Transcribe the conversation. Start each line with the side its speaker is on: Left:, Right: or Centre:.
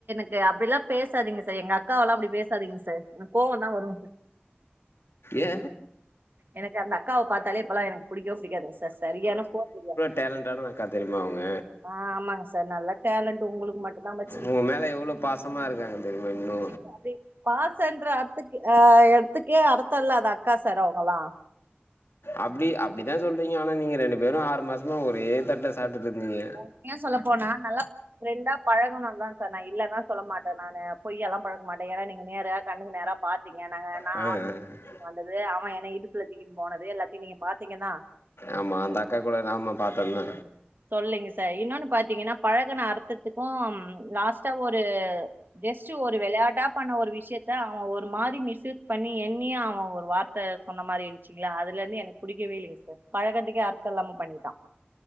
Right: ஏ அப்டில்லா பேசாதீங்க சர் எங்க அக்காவெல்லா அப்டி பேசாதீங்க ச என கோவந்தா வரூ
Left: ஏ
Right: எனக்கு அந்த அக்காவ பாத்தாலே இப்பெல்லா எனக்கு புடிக்கவே புடிக்காதுங்க சர் சரியான சோப்பிரியா
Left: டேலண்ட்டான அக்கா தெரியுமா அவங்க
Right: ஆ ஆமாங்க சார் நல்ல டேலண்டு உங்களுக்கு மட்டுந்தா அவங்க
Left: உங்க மேல எவ்ளோ பாசமா இருக்காங்க தெரியுமா இன்னூ
Right: ச்சீ அப்டி பாசன்ற அட்த்துக்கு அ எட்த்துக்கே அடுத்த இல்லாத அக்கா சார் அவங்களா
Left: அப்டி அப்டிதா சொல்றீங்க ஆனா நீங்க ரெண்டு பேரு ஆறு மாசமா ஒரே தட்ட சாப்ட்டுட்டு இருந்தீங்க
Right: உண்மைய சொல்ல போனா நல்லப் ஃப்ரெண்டா பழகணு தா சார் நா இல்லன்லா சொல்ல மாட்ட நானு பொய்யாலா பழக மாட்டே ஏனா நீங்க நேர கண்ணுக்கு நேரா பாத்தீங்க நாங்க
Left: அ அ
Right: த்துகாண்டது அவ என இடுப்புல தூக்கினு போனது எல்லாத்தையு நீங்க பாத்தீங்க தா
Left: ஆமா அந்த அக்கா கூட நாம்லு ஆமா பாத்தொங்கு
Right: சொல்லுங்க சா இன்னொனு பாத்தீங்கன்னா பழகுன அர்த்தத்துக்கும் லாஸ்ட்டா ஒரு ஜஸ்ட்ட் ஒரு விளையாட்டா பண்ண ஒரு விஷியத்த அவ ஒரு மாரி மிஸ்யூஸ் பண்ணி என்னிய அவ ஒரு வார் த்த சொன்ன மாரி இருந்துச்சிங்களா அதுல இருந்து எனக்கு புடிக்கவே இல்லிங்க சார் பழக்கத்துக்கே அர்த்தோ இல்லாம பண்ணிட்டா